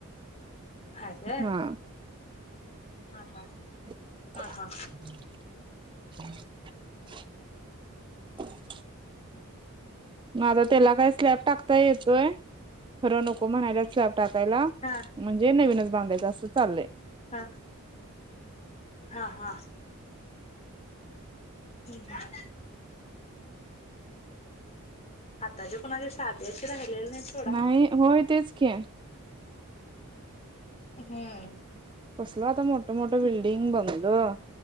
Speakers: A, on the left; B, on the right.
A: हे ह
B: हा
A: हा
B: <inaudible>
A: हा हा
B: म आझा त्याला काय स्लॅब टाकता येतोय खरं नको म्हणायला स्लॅब टाकायला
A: हा
B: म्हणजे नवीनच बांधायचं असं चाललंय
A: हा हा हा हम् हम् आता जे कोणाचे साधे अस राहिलेले नाही सोडा.
B: नाही होय तेच की
A: हम्म
B: कसलं आता मोठ मोठ बिल्डिंग बंगलं